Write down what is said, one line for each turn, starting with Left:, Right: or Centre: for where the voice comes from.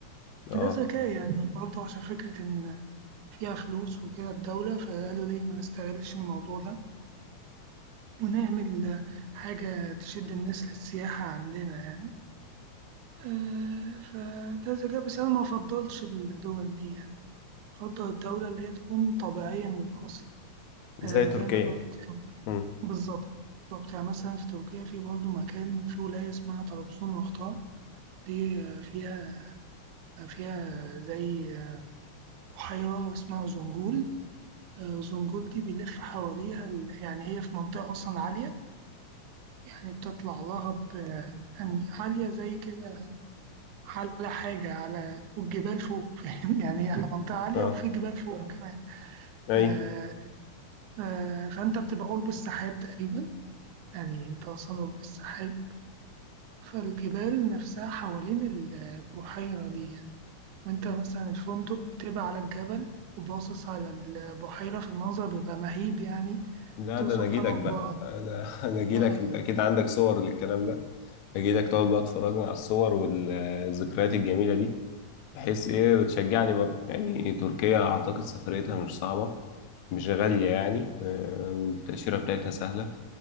Left: آه
Right: ده ذكاء يعني برضه عشان فكرة إن فيها فلوس وكده الدولة فقالوا ليه ما نستغلش الموضوع ده ونعمل حاجة تشد الناس للسياحة عندنا يعني آه، فده ذكاء بس أنا ما أفضلش الدول دي يعني أفضل الدولة اللي هي تكون طبيعية من الأصل آه،
Left: زي تركيا
Right: زي ما أنا قلت
Left: مم.
Right: بالظبط بالظبط يعني مثلا في تركيا في برضه مكان في ولاية اسمها طرابزون رحتها دي آه، فيها فيها زي بحيرة اسمها زنجول آه، زنجول دي بيلف حواليها ال- يعني هي في منطقة أصلا عالية يعني بتطلع لها ب يعني عالية زي كده على حاجة على والجبال فوق <laughs> فاهم يعني هي منطقة عالية
Left: آه
Right: وفي جبال فوق كمان
Left: أيوه
Right: آه، آه، فأنت بتبقى قرب السحاب تقريبا يعني أنت أصلا قرب السحاب فالجبال نفسها حوالين البحيرة دي وانت مثلا الفندق بتبقى على الجبل وباصص على البحيرة في المنظر بيبقى مهيب يعني
Left: لا
Right: تقول
Left: ده
Right: سبحان
Left: انا اجيلك
Right: الله
Left: بقى انا <laughs> انا اجيلك
Right: اه
Left: انت اكيد عندك صور للكلام ده اجيلك تقعد بقى تفرجنا على الصور والذكريات الجميله دي بحيث ايه وتشجعني برضه يعني تركيا اعتقد سفريتها مش صعبه مش غاليه يعني آه، والتاشيره بتاعتها سهله